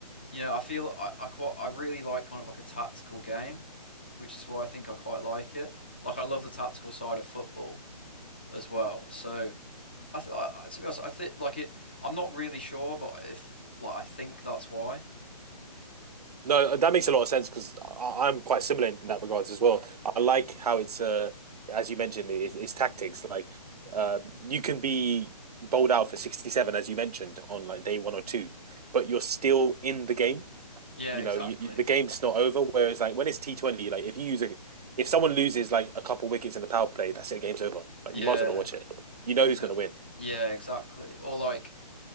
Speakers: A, on the left (about 15°); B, on the right (about 70°).
A: You know, I feel I, I quite I really like kind of like a tactical game which is why I think I quite like it. Like I love the tactical side of football as well. So I, th I to be honest, I think like it. I'm not really sure, but if like I think that's why.
B: No, uh, that makes a lot of sense because I'm quite similar in that regards as well. I like how it's uh, as you mentioned, it, it's tactics. Like, uh, you can be bowled out for 67 as you mentioned on like day one or two, but you're still in the game.
A: Yeah,
B: You
A: exactly.
B: know, you, the game's not over. Whereas, like when it's T Twenty, like if you use a, if someone loses like a couple wickets in the power play, that's it. The Game's over. Like
A: Yeah,
B: you might as well not watch it. You know
A: exa
B: who's going to win.
A: yeah, exactly. Or like,